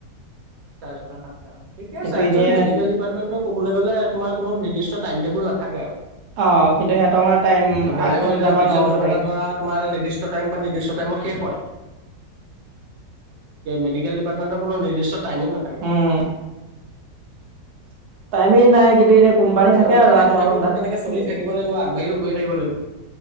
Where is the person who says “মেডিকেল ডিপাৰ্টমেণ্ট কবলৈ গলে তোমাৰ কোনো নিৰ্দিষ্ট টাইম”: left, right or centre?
Right